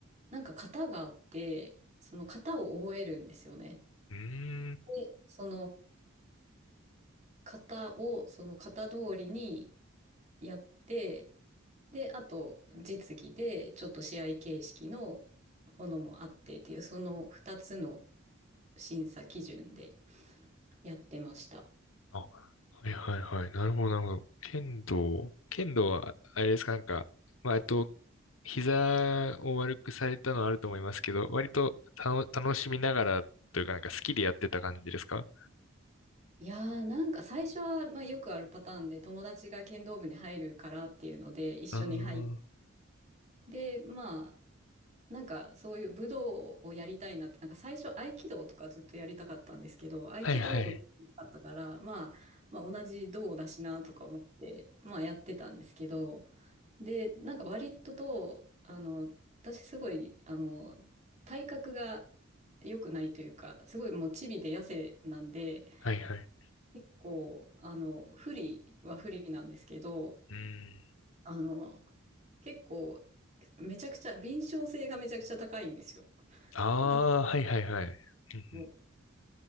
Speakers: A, on the right; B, on the left.
A: なんか型があって、その型を覚えるんですよね。
B: うーん。
A: で、その型をその型通りにやって、で、あと実技でちょっと試合形式のものもあってっていう、その2つの審査基準でやってました。
B: あ、はいはいはい。なるほどなるほど。剣道、剣道は、あれですか、なんか、まあ、えっと、膝を悪くされたのはあると思いますけど、割とたの楽しみながらというか、なんか好きでやってた感じですか
A: いやーなんか最初は、まあ、よくあるパターンで友達が剣道部に入るからっていうので一緒に入って、
B: ああー、
A: でまなんかそういう武道をやりたいなって、なんか最初合気道とかずっとやりたかったんですけど、合気道部だったから、
B: はいはい。
A: まあ、まあ同じ道だしなとか思って、まあやってたんですけど、で、なんか割とと、あの、私すごい、あの、体格が良くないというか、すごいもうチビで痩せなんで、
B: はいはい。
A: 結構、あの、不利は不利なんですけど、
B: うん。
A: あの、結構、めちゃくちゃ、敏捷性がめちゃくちゃ高いんですよ。
B: ああ、
A: だ
B: はいはいはい。うん
A: こう